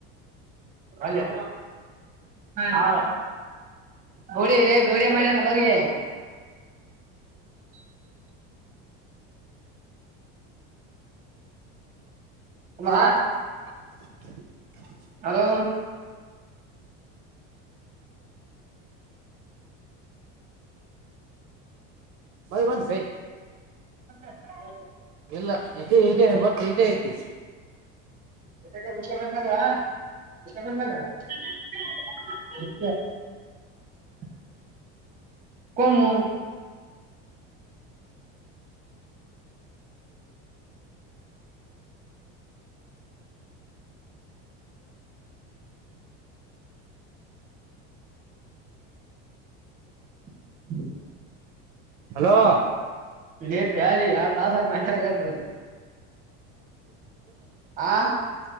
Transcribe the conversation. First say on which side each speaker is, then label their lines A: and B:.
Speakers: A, on the right; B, on the right.
A: ವಲ್ಯಾ ಹ ಗೌಡ ಇ ರೇ ಗೋಡೆ ಮಾಡಿನಲ್ಲಿಗೆ. ಕರ್ಮ.
B: ಹಾ <inaudible>
A: ಹಲೋ
B: ಬೈ ಒನ್ ಬೇ
A: ಹ.
B: ಇಲ್ಲ ಇದೆ ಈ ಬ ಈಟೇ ಐತಿ.
A: ಎ ಮುಷಂತಲ್ವಾ. ಎಸ. ಕಮು. ಹ
B: ಹಲೋ.
A: ಇದೇ ಪ್ಯಾಲಿ ಎರಡ್ ತಾಸ ಆಯತ್ ಮಗಂದರು. ಆ